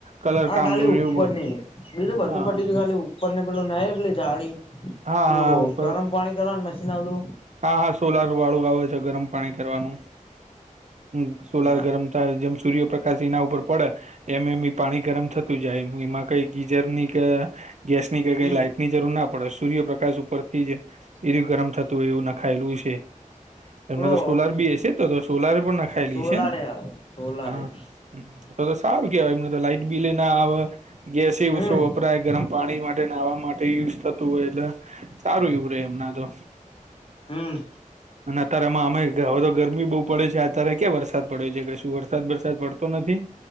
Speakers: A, on the right; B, on the left.
A: કલર
B: હા
A: કામનું
B: ખાલી ઉપર
A: એવું બ
B: ની બીજું બધું
A: હા
B: પટી ગયું ખાલી તમને ને પેલું નનહીં પેલી જાડી
A: હા
B: પેલું
A: હા ઉપર
B: ગરમ પાણી કરવાનું મશીન આલુ
A: હા હા સોલાર વાળું આવે છે ગરમ પાણી કરવાનું હમ્મ સોલાર
B: હા
A: ગરમ જ્યારે જેમ સૂર્યપ્રકાશ એના ઉપર પડે એમ એમ ઈ પાણી ગરમ થતું જાય એમાં કઈ ગીઝર ની ક ગેસ ની કઈ કઈ
B: હમ
A: લાઈટ ની જરૂર ના પડે સૂર્યપ્રકાશ ઉપર થી જ એરું ગરમ થ વોલુ નાખાયેલું છે. એમના
B: પેલો
A: તો સોલાર બી સે તો સોલાર પણ નાખાયલી
B: સોલારે
A: છે ને
B: હ સોલારે.
A: હા તો તો સારું કેવાય એમને તો લાઈટ બીલએ ઈ આવે ગેસે
B: હમ
A: ઓછો વપરાય ગરમ પાણી માટે નાહવા માટે યુઝ થતું હોય એટલે સારું વું રહેે એમના તો
B: હમ્મ.
A: અને અત્યારે એમાં અમે હવે તો ગરમી બહુ પડે છે અત્યારે ક્યા વરસાદ પડ્યો છે કશું વરસાદ બરસાદ પડતો નથી